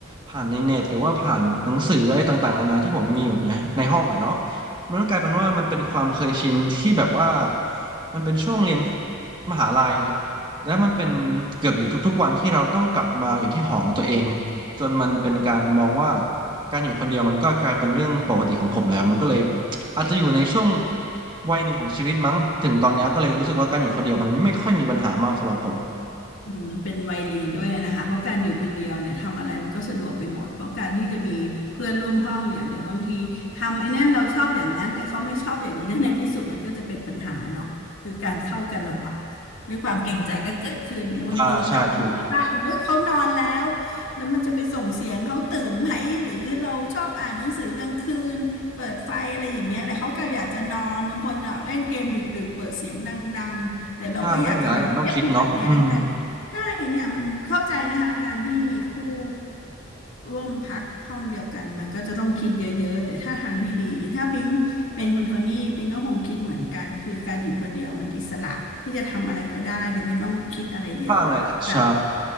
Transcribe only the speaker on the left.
อืมมันเป็นวัยเรียนด้วยนะคะเพราะการอยู่คนเดียวเนี่ยทำอะไรมันก็สะดวกไปหมดเพราะการที่จะมีเพื่อนร่วมห้องเนี่ยเดี๋ยวบางทีทำไอ้นั่นเราชอบอย่างนั้นแต่เขาไม่ชอบอย่างนี้แล้วในที่สุดมันก็จะเป็นปัญหาเนาะคือการเข้ากันลำบากด้วยความเกรงใจก็เกิดขึ้นเดี๋ยวบางทีเรากลับดึกบ้างเฮ้ยเขานอนแล้วแล้วมันจะไปส่งเสียงเขาตื่นไหมหรือเราชอบอ่านหนังสือกลางคืนเปิดไฟอะไรอย่างเงี้ยแต่เขาก็อยากจะนอนบางคนอยากเล่นเกมดึกๆเปิดเสียงดังๆแต่เราก็อยากจะนอนเนี่ยมันขัดแย้งกัน
ใช่เนี่ยมันเข้าใจนะคะการที่มีคู่ร่วมพักห้องเดียวกันมันก็จะต้องคิดเยอะๆแต่ถ้าทางที่ดีถ้าปิ๊งเป็นคุณโทนี่ปิ๊งก็คงคิดเหมือนกันคือการอยู่คนเดียวมันอิสระที่จะทำอะไรก็ได้โดยไม่ต้องคิดอะไรเยอะอย่าง